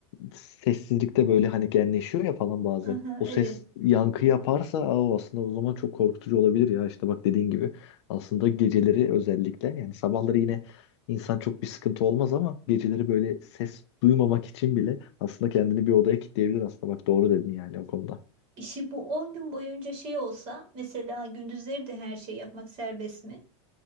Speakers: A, on the left; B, on the right.
A: sessizlikte böyle hani genleşiyor ya falan bazen.
B: aha,
A: O
B: evet
A: ses yankı yaparsa aa, o aslında o zaman çok korkutucu olabilir ya işte bak dediğin gibi. Aslında geceleri özellikle yani sabahları yine insan çok bir sıkıntı olmaz ama geceleri böyle ses duymamak için bile aslında kendini bir odaya kilitleyebilir aslında. Bak doğru dedin yani o konuda.
B: işi bu 10 gün boyunca şey olsa mesela gündüzleri de her şey yapmak serbest mi?